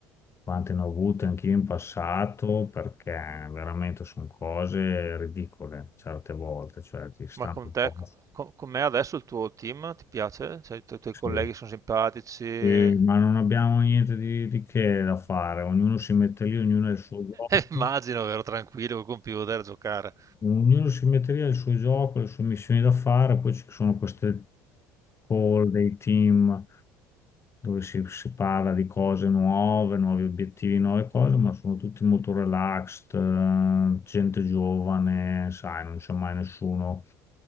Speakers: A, on the left; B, on the right.
A: quante ne ho avute anch'io in passato, perché veramente sono cose ridicole certe volte, cioè ti stanno
B: Ma con
A: un
B: te,
A: po'.
B: co- con, me adesso il tuo team ti piace? Cioè, i, tu- i tuoi colleghi
A: Sì.
B: sono simpatici? <laughs>
A: Sì, ma non abbiamo niente di, di che da fare, ognuno si mette lì, ognuno ha il suo gioco.
B: Immagino, vero, tranquillo col computer a giocare.
A: Ognuno si metteria il suo gioco, le sue missioni da fare, poi ci sono queste call dei team dove si, si parla di cose nuove, nuovi obiettivi, nuove cose, ma sono tutti molto relaxed, eh, gente giovane, sai, non c'è mai nessuno,